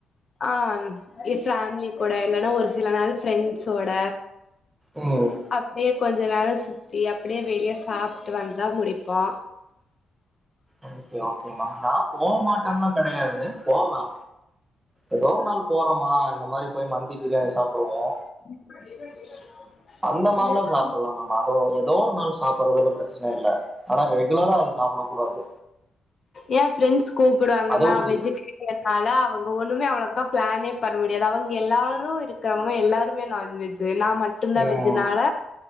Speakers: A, on the left; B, on the right.
A: அ ஃபேமிலி கூட இல்லன்னா ஒரு சில நாள் ஃப்ரெண்ட்ஸோட
B: ம்
A: அப்டியே கொஞ்ச நேரோ சுத்தி அப்டியே வெளியே சாப்ட்டு வந்தா முடிப்போ
B: ஓகே ஓகே மேம் நா போ மாட்டனா கெடையாது போவ ஏதோ ஒரு நாள் போறோமா இந்த மாரி போய் மந்தி பிரியாணி சாப்டுவோ
A: ம்
B: அந்த மாரிலா சாப்பட்லா மேம் அதோ ஏதோ ஒரு நாள் சாப்பிறதுல பிரச்சன இல்ல ஆனா ரெகுலரா அது சாப்பிட கூடாது
A: ஏ ஃப்ரெண்ட்ஸ் கூப்பிடுவாங்க
B: அதுவு
A: நா வெஜிடேரி அதனால அவங்க ஒண்ணுமே அவளுக்கா பிளானே பண்ண முடியாது அவங்க எல்லாரு இருக்கிறவங்க எல்லாருமே நான்வெஜ் ஜ் நா மட்டுதா
B: ம்
A: வெஜினால